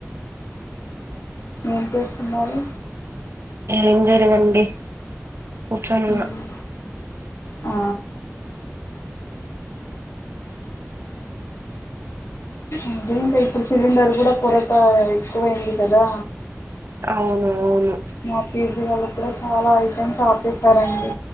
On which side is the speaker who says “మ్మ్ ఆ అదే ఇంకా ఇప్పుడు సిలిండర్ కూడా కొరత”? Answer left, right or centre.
Left